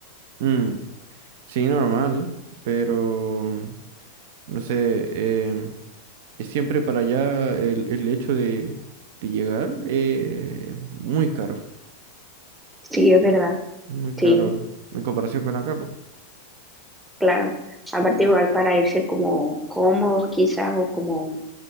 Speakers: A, on the right (about 50°); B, in the centre.
A: Mm, sí, normal, pero no sé, em, es siempre para allá el, el hecho de, de llegar eh, muy caro.
B: Sí, es verdad.
A: Muy caro
B: Sí.
A: en comparación con acá, pues.
B: Claro, aparte igual para irse como cómodos quizás o como